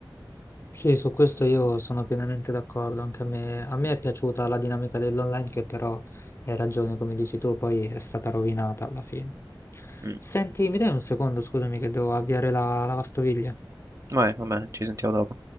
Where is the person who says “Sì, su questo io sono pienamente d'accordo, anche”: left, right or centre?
Left